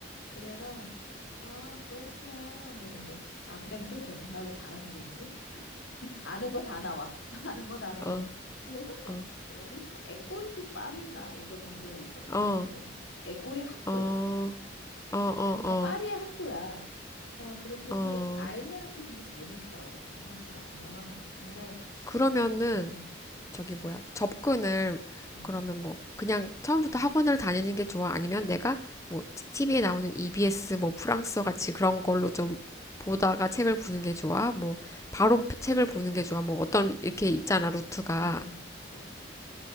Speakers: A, on the left; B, on the left.
A: 그래서 아, 그렇구나. 뭐 근데 아, 그다음에 또 귀여워. 나 왜 자랑질이지? 아는 거 다 나와. <laughs> 아는 거 다 나와.
B: 어,
A: 예전에
B: 어,
A: 어디선가 애골드 파리인가 이걸 본 적이 있던 것
B: 어,
A: 같은데. 애골이 학교.
B: 어, 어, 어,
A: 그러니까 파리의 학교야. 어, 그렇듯이
B: 어, 어.
A: 알면은 또 근데 재밌어. 이렇게 하나씩 알면. 근데
B: 그러면은,
A: 그 음.
B: 저기 뭐야, 접근을
A: 음.
B: 그러면 뭐 그냥 처음부터 학원을 다니는 게 좋아? 아니면 내가 뭐 TV에 나오는 EBS 뭐 프랑스어 같이 그런 걸로 좀 보다가 책을 보는
A: 아.
B: 게 좋아? 뭐 바로 책을 보는 게 좋아? 뭐 어떤 이렇게 있잖아, 루트가.
A: 음, 음, 그치.